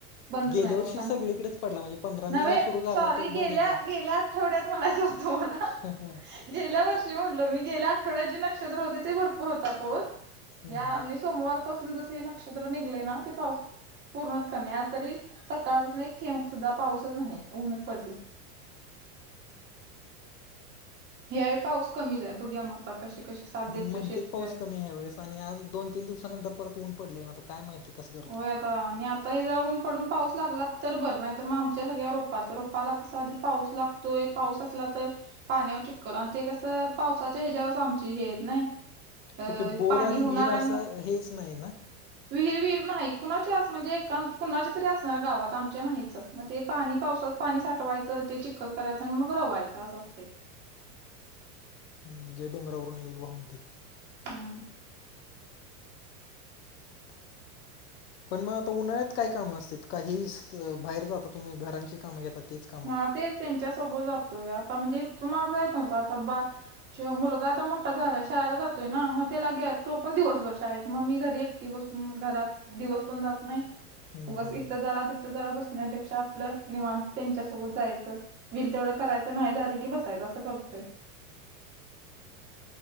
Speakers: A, on the right; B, on the left.
A: बंदच
B: गेल्या
A: नाही
B: वर्षी
A: पाऊस आणि
B: सगळीकडेच पडला म्हणजे पंधरा
A: नवे
B: मेला सुरू झाला
A: सॉरी
B: तो बंदच
A: गेल्या
B: झाला
A: गेल्या तेेवड्यात म्हणायचं होत मला.
B: ह. ह
A: गेल्या वर्षी मी गेल्या आठवड्या जे नक्षत्र होते ते भरपूर होता पाऊस
B: हम्म,
A: या
B: हम्म.
A: सोमवारं पासून जस हे नक्षत्र निघलय ना ते पाऊस पूर्णच कमी आज तरी सकाळपासून एक थेब सुद्धा पाऊसच नाही ऊनच पडलय. यावेळी पाऊस कमीच आहे बघूया मग आता कसे कसे साथ
B: म्हणतेत
A: देतो शेतकरी.
B: पाऊस कमी ह्या वेळेस आणि आज दोन तीन दिवसानंतर परत ऊन पडलंय, मग आता काय माहिती कसं करतोय.
A: होय आता आणि आता हे जरा ऊन पडून पाऊस लागलात तर बरं नाही तर मग आमच्या सगळ्या रोपाच्या रोपाला कसा आधी. पाऊस लाग तो एक पाऊस असला तर, पाण्यावर चिखलं आणि ते कसं पावसाच्या ह्याच्यावरच आमची हे आहेत नाही. अ,
B: ओके बोअर
A: पाणी
B: आणि
A: होणार
B: विहीर असं
A: मग-
B: हेच नाही ना.
A: विहीर विहीर नाही कुणाच्या असं म्हणजे कम कुणाच्या तरी असणार गावात आमच्या नाहीच, मग ते पाणी पावसात पाणी साठवायचं ते चिखल करायचं आणि मग रवायचं असं असतंय.
B: हम्म जे डोंगरावरून येईल वाहून ते.
A: हम्म.
B: <inaudible> पण मग आता उन्हाळ्यात काय कामं असतात, काहीही असतं बाहेर जाता तुम्ही घरांची कामं घेतात तेच? कामं.
A: हां तेच त्यांच्या सोबत जातोय. आता म्हणजे इथून मागं जाईत नव्हतं आता बा शिवाय मुलगा आता मोठा झालाय, शाळेला जातोय ना. मग त्याला घ्या तोपण दिवसभर शाळेत, मग मी घरी एक की बसून घरात दिवसपण जात नाही.
B: हम्म
A: उगच
B: हम्म
A: इथं जरा तिथं जरा बसण्यापेक्षा आपलं निवांत. त्यांच्यासोबत जायचं हुईल तेवढं करायचं, नाही झालं की बसायचं असं करतोय.